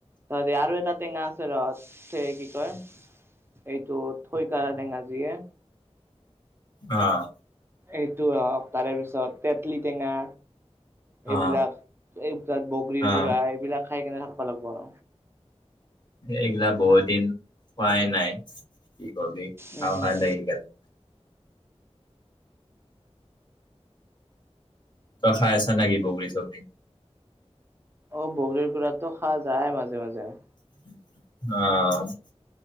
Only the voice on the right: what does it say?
ত আৰু এটা টেঙা আছে ৰ, স কি কয় এইটো থৈ কাৰা টেঙা জিয়ে
সেইটো হওক, তাৰে পিছত তেতলি টেঙা এইবিলাক
এই তাত বগৰীৰ
গুড়া, এইবিলাক খাই কেনে থাকিব লাগিব।
উম।
অ', বগৰীৰ গুড়াতো খোৱা যায় মাজে মাজে।